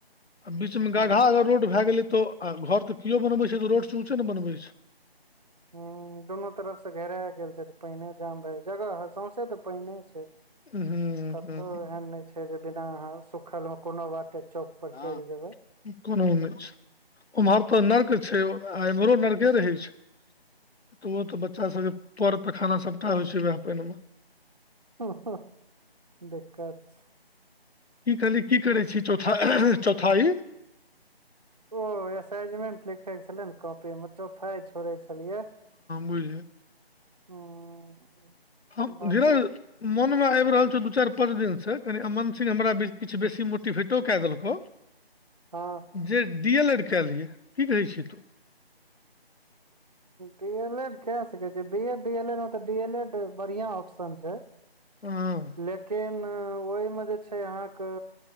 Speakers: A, on the left; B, on the right.
A: आ बीचमे
B: हूँ
A: गा्ढा अगर रोड भए गेलै तो घर तऽ कियो बनबै छै तऽ रोडसँ ऊचे ने बनबै छै
B: हुं दुनू तरफ से घेरा गेल छै तऽ पानिए जाम रह छै जगह सौंसे तऽ पानि छै
A: हूँ
B: कतहु
A: हूँ
B: एहन नहि छै जे बिना अहाँ सुखल मे कोनो बाते चौक पर
A: हँ
B: चलि जेबै
A: कोनो नहि छै ओम्हर तऽ नर्क छै एम्हरो नर्के रहै छै त बच्चा सब के पर पेखाना सबटा होइ छै वएह पानि मे
B: ह ह देकत छै
A: की कहली की करै छी चौथा चौथाई
B: ओ असाइजमेंट लिखेके छलै ने कॉपी मे चौथाई छोड़ै छलियै
A: बुझ
B: हं
A: हम
B: बांकि
A: धीरज मोन मे आबि रहल छौ दू चारि पाँच दिन से कनि अमन सिंह हमरा किछ बेसी मोटिवेटो क देलकौ <inaudible>
B: हँ
A: जे डी एल एड कय लिय की कहै छी तूं
B: डी एल एड क सकै छी B Ed D L Ed मे तऽ डी एल एड बढ़िया ऑप्शन छै
A: हँ
B: लेकिन ओहिमे जे छै अहाँके